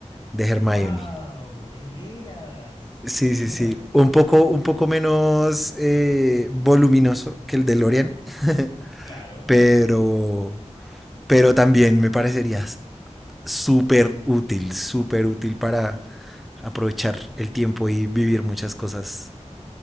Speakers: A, in the centre; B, on the left.
A: de Hermione.
B: ¡Wow! De veras,
A: Sí,
B: de veras.
A: sí, sí. Un poco, un poco menos eh, voluminoso que el de Lorian, <laughs>
B: Claro,
A: pero, pero también me parecería súper útil, súper útil para aprovechar el tiempo y vivir muchas cosas